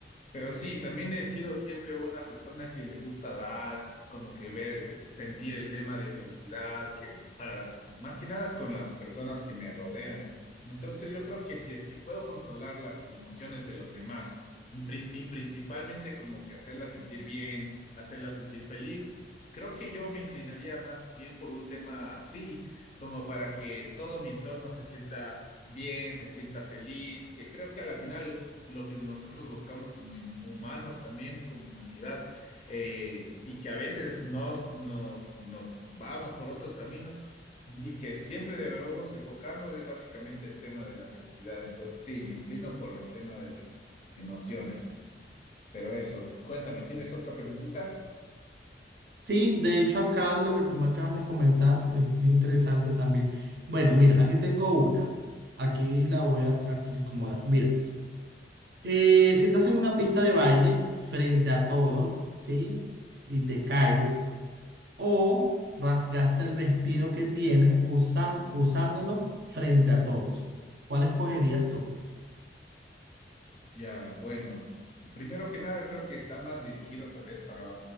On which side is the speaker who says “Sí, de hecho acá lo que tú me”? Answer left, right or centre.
Right